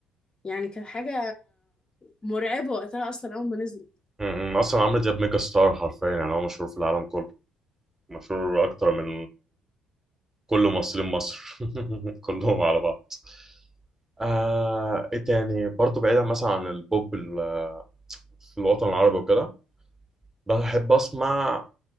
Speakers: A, on the left (about 25°); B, on the right (about 15°).
A: يعني كانت حاجه مرعبه وقتها اصلا اول ما نزلت
B: امم اصلا عمرو دياب ميجا ستار حرفيا يعني هو مشهور في العالم كله مشهور اكتر من كل ممثلين مصر <laughs> كلهم على بعض آه ايه تاني برضه بعيدا مثلا عن البوب ال- في الوطن العربي وكده بحب اسمع